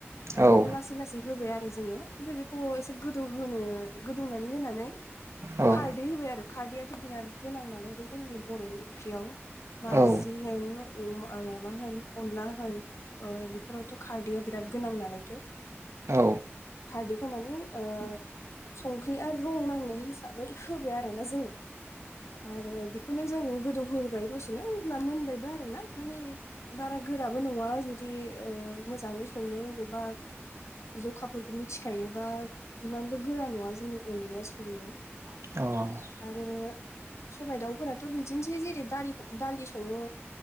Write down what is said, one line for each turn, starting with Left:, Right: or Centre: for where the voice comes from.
Right: औ
Left: ओंखायनो लासै लासै होबाय आरो जोंङो ओमफ्राय बेखौ एसे गोदौहोनो गोदौनानै होननानै
Right: औ
Left: खारदै होबाय आरो खारदैआथ' बिराद गोनां नालाय बे जोंनि बर'नि ओंख्रियाव। नारजि
Right: औ
Left: होन अम माबा होन अनला होन बेफोरावथ' खारदैया बिराद गोनां नालायथो
Right: औ
Left: खारदैखो माने ओ सं होयो आरो रं नांनाय हिसाबै होबाय आरो ना जोंङो आरो बेखौनो जों गोदौहोबाय दसेनो अब्ला मोनबायबो आरो ना माने बारा गोराबो नङा जुदि ओ मोजाङै संनो रोंगौबा जखाफोरखौ मिथिखायोबा इमानबो गोरा नङा जोंनि अनलाया संनो।
Right: औ।
Left: आरो सबा दाउफोराथ' बिदिनोसै जेरै दा दालि संङो।